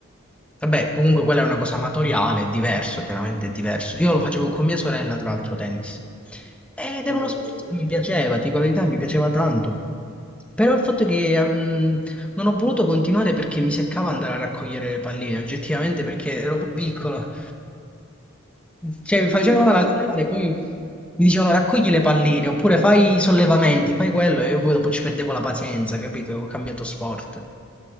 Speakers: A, in the centre; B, on the right (about 75°).
A: Vabbè, comunque quella è una cosa amatoriale, è diverso, chiaramente è diverso. Io lo facevo con mia sorella, tra l'altro, tennis. Ed
B: Ah,
A: era uno
B: ok.
A: sport
B: Eh,
A: che mi piaceva, ti dico la verità, mi piaceva tanto. Però il fatto è che ehm, non ho voluto continuare perché mi seccava andare a raccogliere le palline, oggettivamente perché ero pure piccolo. Cioè,
B: Sì,
A: mi facevano
B: sì, no,
A: alzare, poi mi dicevano raccogli le palline, oppure fai i sollevamenti, fai quello, e io poi dopo ci perdevo la pazienza, capito? Ho cambiato sport.